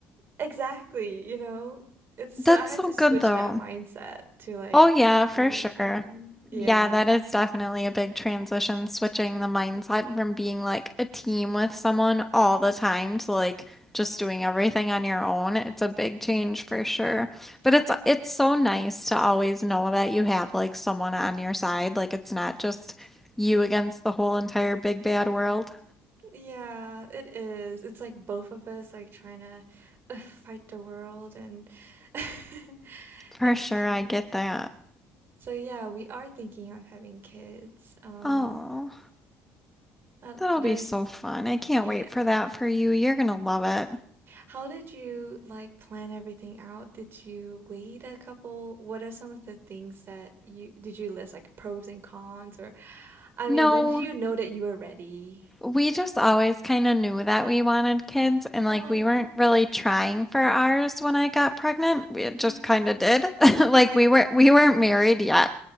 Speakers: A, on the right (about 50°); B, in the centre.
A: exactly, you know, it's
B: <laughs>
A: so
B: That's
A: I have
B: so
A: to switch
B: good though.
A: that mindset to like
B: Oh, yeah, for
A: we're
B: sure.
A: a team. Yeah.
B: Yeah, that is definitely a big transition, switching the mindset from being like a team with someone all the time to like just doing everything on your own. It's a big change for sure. But
A: Yeah.
B: it's it's so nice to always know that you have like someone on your side. Like it's not just you against the whole entire big bad world.
A: Yeah, it is. It's like both of us like trying to uh, fight the world and <laughs>
B: For
A: it's
B: sure,
A: fun.
B: I get that.
A: So yeah, we are thinking of having kids. Um,
B: Oh,
A: uh,
B: that'll
A: there's
B: be so fun. I can't
A: yeah.
B: wait for that for you. You're gonna love it.
A: How did you like plan everything out? Did you wait a couple? What are some of the things that you did you list like pros and cons or I
B: No,
A: mean, when did you know that you were ready?
B: We just always kind of knew that we wanted kids, and like
A: Oh.
B: we weren't really trying for ours when I got pregnant. We
A: <laughs> <laughs>
B: it
A: mm
B: just kind of did. <laughs> Like we weren't we weren't married yet,